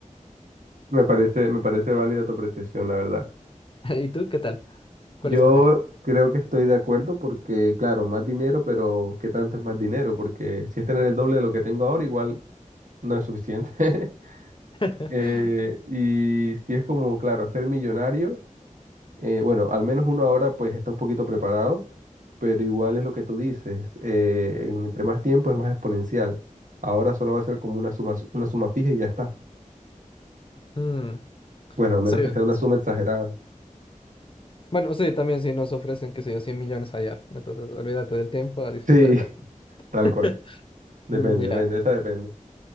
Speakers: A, on the right; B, on the left.
A: Me parece, me parece válida tu apreciación, la verdad.
B: <laughs> ¿Y tú qué tal? ¿Cuál
A: Yo
B: escogerías?
A: creo que estoy de acuerdo porque, claro, más dinero, pero ¿qué tanto es más dinero? Porque si es tener
B: Mm.
A: el doble de lo que tengo ahora, igual no es suficiente. <laughs>
B: <laughs>
A: Eh, y si es como, claro, ser millonario, eh, bueno, al menos uno ahora pues está un poquito preparado, pero igual es lo que tú dices, eh, en- entre más tiempo es más exponencial. Ahora solo va a ser como una suma, una suma fija y ya está.
B: Mm.
A: Bueno, a menos
B: Sí,
A: que
B: es
A: sea
B: que
A: una
B: sí.
A: suma exagerada.
B: Bueno, sí, también si nos ofrecen, qué sé yo, 100 millones allá. Entonces, olvídate del tiempo a disfrutar.
A: Sí, <laughs> tal
B: <laughs>
A: cual. Depende,
B: Mm,
A: depende,
B: Ya,
A: esa depende.